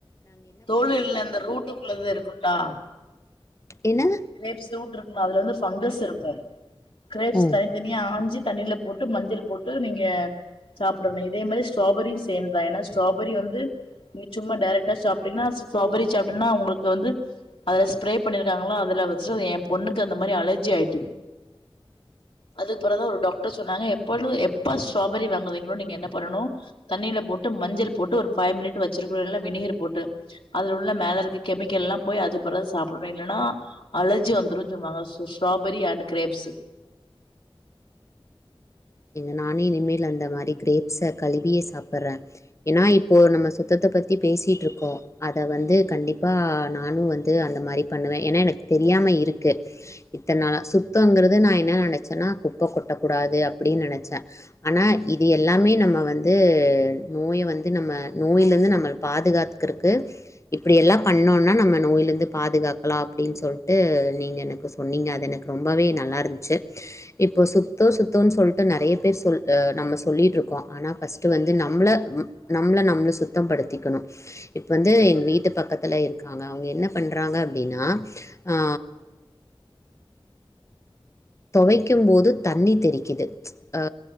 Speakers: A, on the left (about 80°); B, on the left (about 30°).
A: தோலு இல்ல இந்த ரூட்டுக்குள்ளது இருக்குல்லா
B: என்ன
A: கிரேப்ஸ்ட்டு ரூட் இருக்கு அதுல வந்து பஃபங்கஸ் இருக்கு கிரேப்ஸ்
B: ம்
A: தனி தனியா ஆஞ்சி தண்ணில போட்டு மஞ்சள் போட்டு நீங்க சாப்டணு இதே மாரி ஸ்ட்ராபெரியு சேம் தா என்னா ஸ்ட்ராபெரி வந்து நீங்க சும்மா டைரக்டா சாப் டிங்கன்னா ஸ்ட்ராபெரி சாப்ட்டான்னா உங்களுக்கு வந்து அது ஸ்ப்ரே பண்ணிருக்காங்களா அதுல வச்சுட்டு எ பொண்ணு அந்த மாரி அலர்ஜி ஆயிட்டு அதுக்குப்பிற தா ஒரு டாக்டர் சொன்னாங்க எப்பொழுது எப்பா ஸ்ட்ராபெரி வாங்குதீங்களோ நீங்க என்ன பண்ணணு தண்ணியில போட்டு மஞ்சள் போட்டு ஒரு ஃபைவ் மினிட் வச்சிருக்க நல்ல வினிகர் போட்டு அதுல உள்ள மேல இருக்கு கெமிக்கல் எல்லா போய் அது பறகுது சாப்ட்டணு இல்லைன்னா அலர்ஜி வந்துரும்ன்னு சொன்னாங்க ஸ்ட்ராபெரி அண்ட் கிரேப்ஸ்
B: இல்ல நானே இனிமேல் அந்த மாரி கிரேப்ஸ கழுவியே சாப்ட்றே ஏன்னா இப்போ நம்ம சுத்தத்த பத்தி பேசிட்டு இருக்கோ அத வந்து கண்டிப்பா நானு வந் து அந்த மாரி பண்ணுவே ஏன்னா எனக் தெரியாம இருக்கு இத்தனால சுத்தங்கிறது நா என்ன நெனச்சேன்னா குப்ப கொட்டக்கூடாது அப்டின்னு நெனச்சே ஆனா இது எல்லாமே நம்ம வந்து நோய வந்து நம்ம நோய்லேருந்து நம்ம பாதுகாத்துக்கிறதுக்கு இப்டி எல்லா பண்ணோனா நம்ம நோய்லிருந்து பாதுகாக்கலா அப்டின்னு சொல்ட்டு நீங்க எனக்கு சொன்னீங்க அது எனக்கு ரொம்பவே நல்லா இருந்துச்சு இப்போ சுத்தோ சுத்தோன்னு சொல் ட்டு நெறைய பேர் நம்ம சொல் ஆ நம்ம சொல்லிட்டு இருக்கோ ஆனா ஃபர்ஸ்ட் வந்து நம்ள ம் நம்மள நம்ம சுத் தம் படுத்திக்கணு இப்போ வந்து எங்க வீட்டு பக்கத்துல இருக்காங்க அவுங்க என்ன பண்றாங்க அப்டின்னா ஆ தோவைக்கு போது தண்ணி தெரிக்குது ஆ